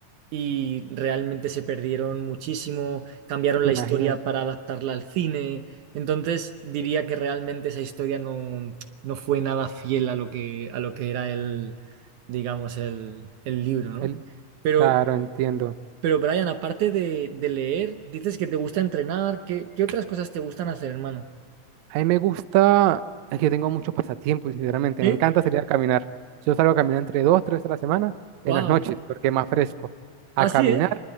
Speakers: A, on the right; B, on the right.
A: y realmente se perdieron muchísimo, cambiaron
B: Y me
A: la
B: imagino,
A: historia para adaptarla al cine, entonces diría que realmente esa historia no, no fue nada fiel a lo que, a lo que era el, digamos, el, el libro, ¿no?
B: él,
A: Pero,
B: claro, entiendo.
A: pero Brian, aparte de, de leer, dices que te gusta entrenar, ¿qué, qué otras cosas te gustan hacer, hermano?
B: A mí me gusta, es que tengo muchos pasatiempos, sinceramente,
A: ¿Sí?
B: me encanta salir a caminar. Yo salgo a caminar entre dos, tres veces a la semana,
A: Wow.
B: en las noches, porque es más fresco. A
A: Ah,
B: caminar,
A: sí, ¿eh?